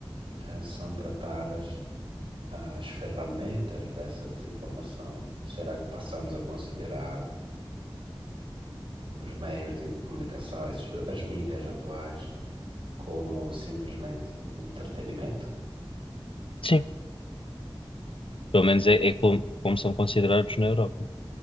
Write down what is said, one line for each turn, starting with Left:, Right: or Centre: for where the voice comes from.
Right: eh, são tratadas as ferramentas dessa desinformação? Será que passamos a considerar os meios de comunicação, as as mídias atuais, como simplesmente um entretenimento?
Left: Sim. Pelo menos é, é como, como são considerados na Europa.